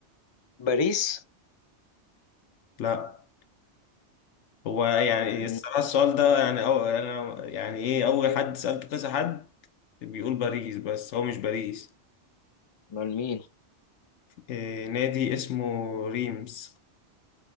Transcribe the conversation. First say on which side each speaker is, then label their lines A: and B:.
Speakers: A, on the left; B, on the left.
A: باريس
B: لا هو يعني
A: من
B: الصراحة السؤال ده يعني أو أنا يعني إيه أول حد سألته كذا حد بيقول باريس بس هو مش باريس
A: من مين
B: إيه نادي اسمه ريمس